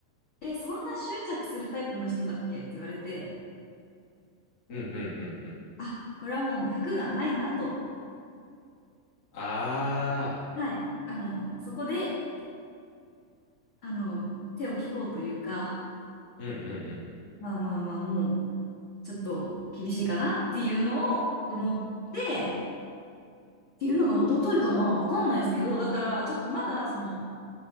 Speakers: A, on the left (about 65°); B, on the left (about 30°).
A: え、そんな執着するタイプの人だっけって言われて、
B: うんうんうんうん。
A: あ、これはもう脈がないなと。
B: ああ。
A: はい。あの、そこで、あの、手を引こうというか、
B: うんうんうん。
A: まあまあまあ、もう、ちょっと厳しいかなっていうのを思って、っていうのが一昨日かな、わかんないですけど、だからちょっとまだその、